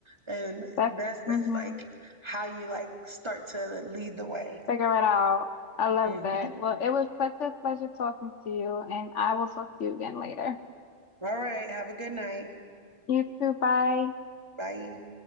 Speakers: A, on the right; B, on the left.
A: And
B: That's
A: that's that's
B: hmm
A: like how you like start to lead the way.
B: Figure it out. I love
A: Mhm.
B: that. Well, it was such a pleasure talking to you, and I will talk to you again later.
A: All right. Have a good night.
B: You too. Bye.
A: Bye.